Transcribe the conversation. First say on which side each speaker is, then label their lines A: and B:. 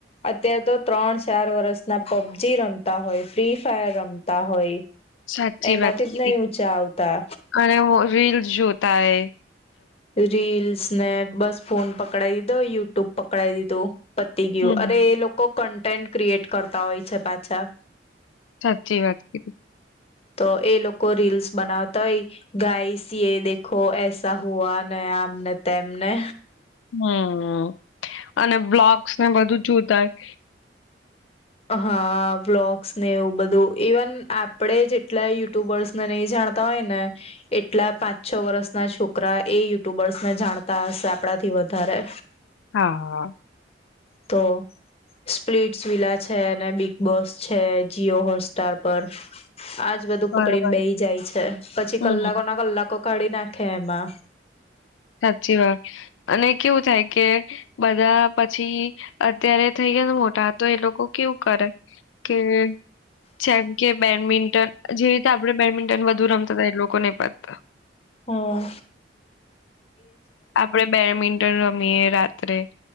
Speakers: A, on the left; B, on the left.
A: અત્યારે તો ત્રણ ચાર વર્ષ ના પબજી રમતા હોય, ફ્રી ફાયર રમતા હોય.
B: સાચી
A: એમાંથી
B: વાત કીધી
A: જ નહી ઊંચા આવતા
B: અને હું રીલસ જોત તાઈ
A: રીલ સ ને બસ ફોન પકડાઈ દીધો, યુટ્યુબ પકડાઈ દીધું. પતી ગયું,
B: હમ.
A: અરે એ લોકો કન ટેન્ટ ક્રિએટ કરતા હોય છે પાછા.
B: સાચી વાત કીધી.
A: તો એ લોકો રીલ્સ બનાવતા હોય, ગાઈ સી એ દેખો, એસા હુઆ ને આમને તેમને
B: હમ્મ અને બ્લોગસ ને બધું જોતા હોય
A: હા, વ્લોગ્સ ને એવું બધું. ઇવન આપડે જેટલા યુટ્યુબર્સને નહી જાણતા હોય ને, એટલા પાંચ છ વર્ષ ના છોકરા એ યુટ્યુબર્સને જાણતા હશે આપણાથી વધારે.
B: હા.
A: તો સ્પ્લીટસ વિલા છે, બિગ બોસ છે, જી હોટસ્ટાર પર આજ- બધું
B: બરાબર
A: પકડીને બેહી જાય છે, પછી
B: હમ
A: કલાકો ના કલાકો કાઢી નાખે એમાં
B: સાચી વાત અને કેવું થાય કે બધા પછી અત્યારે થઈ ગયાને મોટા તો એ લોકો કેવું કરે કે જેમ કે બેડમિન ટન જે રીતે આપણે બેડમિન્ટન બધું રમતા એ લોકો <unintelligible>
A: હમ્મ
B: આપડે બેડમિન્ટન રમ યે રાત્રે